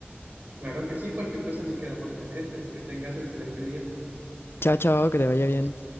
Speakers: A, on the right; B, on the left.
A: Claro que sí, cualquier cosa allí quedamos pendientes. Que tengas excelente día.
B: Chao, chao, que te vaya bien.